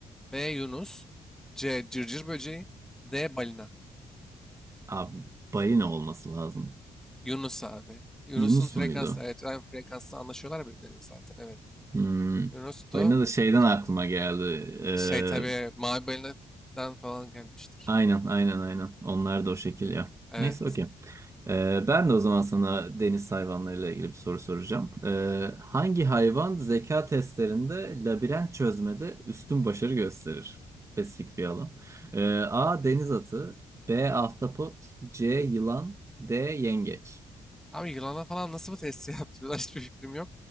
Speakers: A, in the centre; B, on the right.
A: B. Yunus. C. Cırcır böceği. D. Balina.
B: Abi balina olması lazım.
A: Yunus abi. Yunus'un
B: Yunus
A: frekansı.
B: muydu?
A: Evet aynı frekansta anlaşıyorlar birbirlerini zaten. Evet.
B: Hmm,
A: Yunus'tu.
B: balina da şeyden
A: Ka-
B: aklıma geldi. Ee,
A: evet. Şey tabii mavi balinadan falan gelmiştir.
B: Aynen aynen aynen. Onlar da o şekil ya.
A: Evet.
B: Neyse okey. Ee, ben de o zaman sana deniz hayvanlarıyla ilgili bir soru soracağım. Ee, hangi hayvan zeka testlerinde labirent çözmede üstün başarı gösterir? Spesifik bir alan. Ee, A. Deniz atı. B. Ahtapot. C. Yılan. D. Yengeç.
A: Abi yılana falan nasıl bu testi <laughs> yaptırıyorlar hiçbir fikrim yok.